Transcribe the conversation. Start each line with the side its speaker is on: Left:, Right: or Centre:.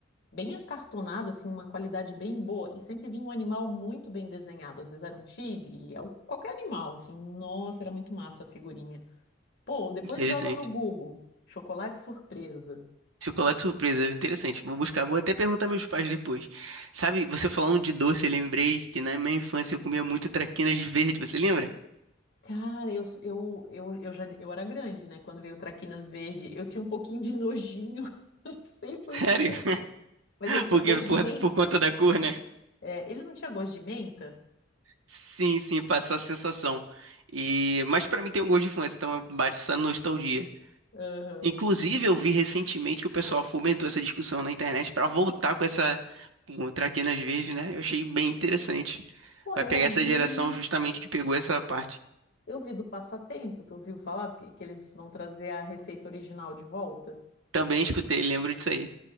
Left: bem acartonada, assim, uma qualidade bem boa. E sempre vinha um animal muito bem desenhado. Às vezes era um tigre, al- qualquer animal, assim. Nossa, era muito massa a figurinha. Pô, depois
Right: interessante.
Left: joga no Google, chocolate surpresa.
Right: Chocolate surpresa, interessante. Vou buscar, vou até perguntar meus pais depois. Sabe, você falando de doce, eu lembrei que na minha infância eu comia muito traquinas verde, você lembra?
Left: Cara, eu, eu, eu, eu já eu era grande, né? Quando veio o Traquinas Verde, eu tinha um pouquinho de nojinho, <laughs> não sei por
Right: Sério?
Left: quê. Mas
Right: <laughs>
Left: ele tinha
Right: Porque
Left: gosto de
Right: por,
Left: menta.
Right: por conta da cor, né?
Left: É, ele não tinha gosto de menta?
Right: Sim, sim, passa a sensação. E, mas pra mim tem um gosto de infância, então bate essa nostalgia.
Left: Aham.
Right: Inclusive, eu vi recentemente que o pessoal fomentou essa discussão na internet para voltar com essa com traquinas verdes, né? Eu achei bem interessante.
Left: Pô,
Right: Vai
Left: eu
Right: pegar
Left: ouvi,
Right: essa geração justamente que pegou essa parte.
Left: eu vi do Passatempo, tu ouviu falar que, que eles vão trazer a receita original de volta?
Right: Também escutei, lembro disso aí.